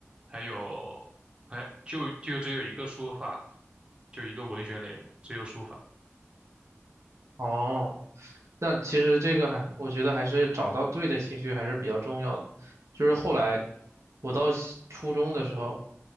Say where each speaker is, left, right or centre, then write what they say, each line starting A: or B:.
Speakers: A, on the right; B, on the right.
A: 还有，哎，就就只有一个书法，就一个文学类的，只有书法。
B: 哦，那其实这个还，我觉得还是找到对的兴趣还是比较重要的。就是后来我到西初中的时候，